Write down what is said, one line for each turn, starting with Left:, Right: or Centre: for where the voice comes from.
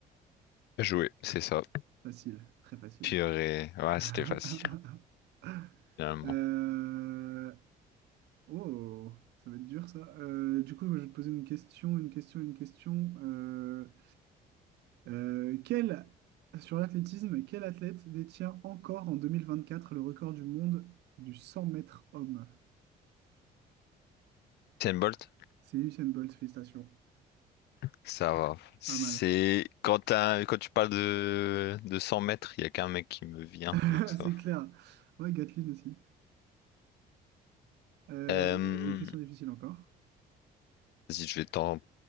Left: Jouer, c'est ça.
Right: Facile, très facile.
Left: Purée. Ouais,
Right: <laughs>
Left: c'était facile, finalement.
Right: Euh, Oh, ça va être dur ça. Euh, du coup, je vais te poser une question, une question, une question. Euh, Euh, quel, sur l'athlétisme, quel athlète détient encore en 2024 le record du monde du 100 mètres homme?
Left: Usain Bolt?
Right: C'est Usain Bolt, félicitations.
Left: Ça va. C'est
Right: Pas mal.
Left: quand t'as- quand tu parles de, de 100 mètres, il y a qu'un mec qui me vient,
Right: <laughs>
Left: donc ça
Right: C'est
Left: va.
Right: clair. Ouais, Gatlin aussi. Euh,
Left: Euh,
Right: question difficile encore.
Left: Vas-y, je vais t'en